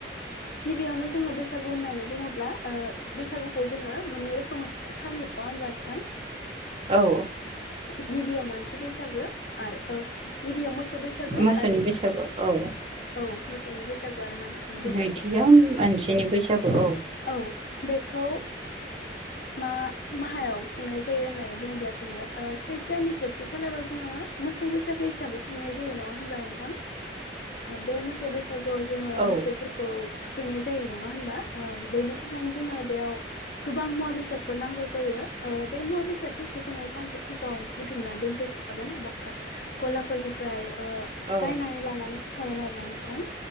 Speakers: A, on the left; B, on the right.
A: गिबियावनो जोङो बैसागु होननानै बुङोब्ला बैसागुखौ जोङो मोननै रोखोमै फालियो नङा होनब्ला नोंथां?
B: औ
A: गिबियाव मानसि बैसागो आर गिबियाव मोसौ बैसागु
B: मोसौनि
A: आरो
B: बैसागु औ
A: औ मोसौनि बैसागु आरो मानसिनि बैसागु
B: नैथियाव मानसिनि बैसागु औ
A: औ। बेखौ मा माहायाव खुंनाय जायो होननानै बुङोब्ला जोङो। सैतथनि जोबथि खालाराव जोङो मोसौ बैसागो हिसाबै खुंनाय जायो नङा होनब्ला नोंथां? बे मोसौ बैसागुआव जोङो
B: औ
A: मोसौफोरखौ खौ थुखैनाय जायो नङा होनबा? बेनि थाखायनो जोङो बेयाव गोबां मुवा बेसादफोर नांगौ जायो बे मुवा बेसादफोरखौ जोङो सानसे सिगाङावनो बुथुमना दोनफैखागोन बा गलाफोरनिफ्राय ओ
B: औ
A: बायनानै लानानै फैखागोन आरोना नोंथां।